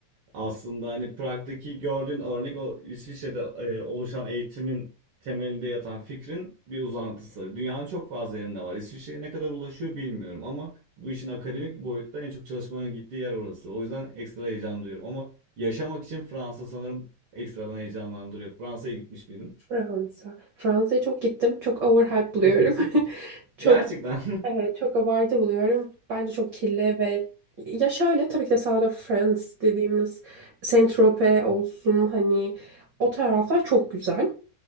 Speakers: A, on the right (about 60°); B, on the right (about 90°).
A: Aslında hani Prag'daki gördüğün örnek o İsviçre'de e, oluşan eğitimin temelinde yatan fikrin bir uzantısı. Dünyanın çok fazla yerinde var. İsviçre'ye ne kadar ulaşıyor bilmiyorum ama bu işin akademik boyutta en çok çalışmaların gittiği yer orası. O yüzden ekstra heyecan duyuyorum ama yaşamak için Fransa sanırım ekstradan heyecanlandırıyor. Fransa'ya gitmiş miydin?
B: Fransa. Fransa'ya çok gittim. Çok overhype buluyorum.
A: <laughs>
B: <laughs> Çok
A: Gerçekten.
B: Evet çok abartı buluyorum. Bence çok kirli ve ya şöyle tabii ki de South of France dediğimiz Saint-Tropez olsun hani o taraflar çok güzel.